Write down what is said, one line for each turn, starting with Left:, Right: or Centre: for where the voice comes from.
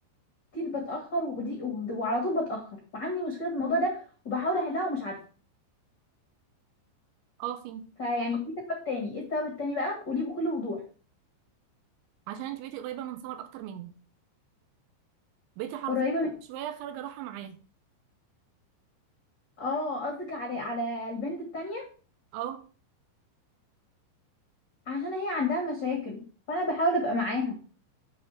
Left: كتير بتاخر ودي وب- وعلى طول بتاخر وعندي مشكله في الموضوع ده وبحاول احلها ومش عارفه
Right: اه فين
Left: فيعني في سبب تاني ايه السبب التاني بقى قوليه بكل وضوح
Right: عشان انت بقيتي قريبه من سمر اكتر مني بقيتي حرفيا
Left: قريبه من
Right: شويه خارجه رايحه معاه
Left: اه قصدك على على البنت التانية
Right: اه
Left: عشان هي عندها مشاكل فانا بحاول ابقى معاها